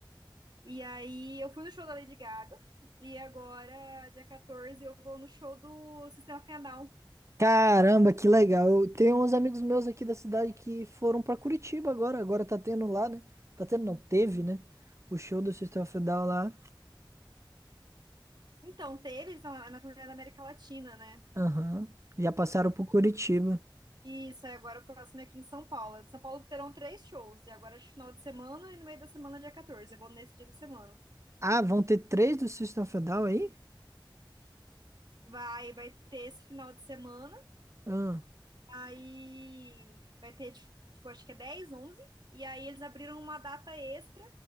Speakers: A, on the right (about 60°); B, on the right (about 35°).
A: E aí eu fui no show da Lady Gaga e agora, dia 14, eu vou no show do Sistema Final.
B: Caramba, que legal. Eu tenho uns amigos meus aqui da cidade que foram pra Curitiba agora. Agora tá tendo lá, né? Tá tendo, não, teve, né? O show do System of a Down lá.
A: Então, teve eles na, na turnê da América Latina, né?
B: Aham. Já passaram pro Curitiba.
A: Isso, aí agora o próximo é aqui em São Paulo. Em São Paulo terão três shows, e agora é final de semana e no meio da semana, dia 14. Eu vou nesse dia da semana.
B: Ah, vão ter três do System of a Down aí?
A: Vai, vai ter esse final de semana,
B: Ah,
A: aí vai ter, tipo, acho que é 10, onze e aí eles abriram uma data extra,